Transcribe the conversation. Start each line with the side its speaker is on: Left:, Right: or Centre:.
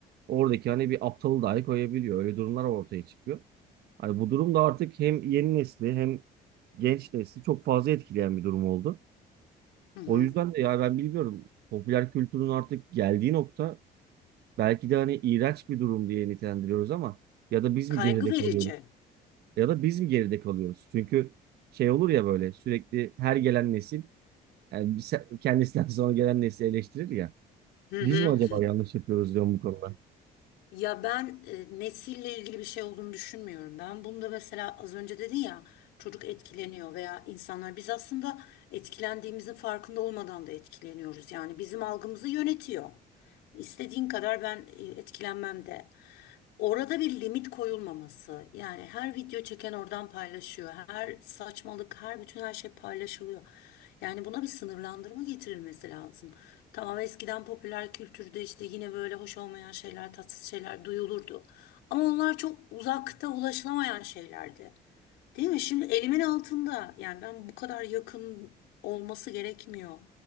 Right: oradaki hani bir aptalı dahi koyabiliyor. Öyle durumlar ortaya çıkıyor. Hani bu durum da artık hem yeni nesli hem genç nesli çok fazla etkileyen bir durum oldu.
Left: Hı hı.
Right: O yüzden de ya ben bilmiyorum popüler kültürün artık geldiği nokta belki de hani iğrenç bir durum diye nitelendiriyoruz ama ya da biz
Left: Kaygı
Right: mi geride
Left: verici.
Right: kalıyoruz? ya da biz mi geride kalıyoruz? Çünkü şey olur ya böyle sürekli her gelen nesil yani bir se- kendisinden <laughs> sonra gelen nesli eleştirir ya.
Left: Hı
Right: Biz
Left: hı.
Right: mi acaba yanlış yapıyoruz diyorum bu konuda.
Left: Ya ben e, nesille ilgili bir şey olduğunu düşünmüyorum. Ben bunu da mesela az önce dedin ya çocuk etkileniyor veya insanlar biz aslında etkilendiğimizin farkında olmadan da etkileniyoruz. Yani bizim algımızı yönetiyor. İstediğin kadar ben e, etkilenmem de. Orada bir limit koyulmaması. Yani her video çeken oradan paylaşıyor. Her saçmalık, her bütün her şey paylaşılıyor. Yani buna bir sınırlandırma getirilmesi lazım. Tamam eskiden popüler kültürde işte yine böyle hoş olmayan şeyler, tatsız şeyler duyulurdu. Ama onlar çok uzakta ulaşılamayan şeylerdi. Değil mi? Şimdi elimin altında. Yani ben bu kadar yakın olması gerekmiyor.